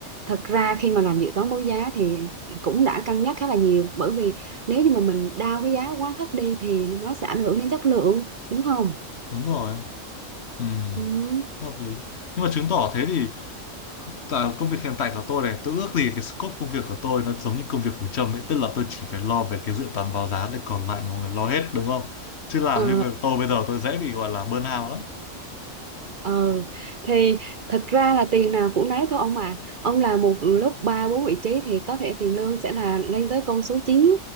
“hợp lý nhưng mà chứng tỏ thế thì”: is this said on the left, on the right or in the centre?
Left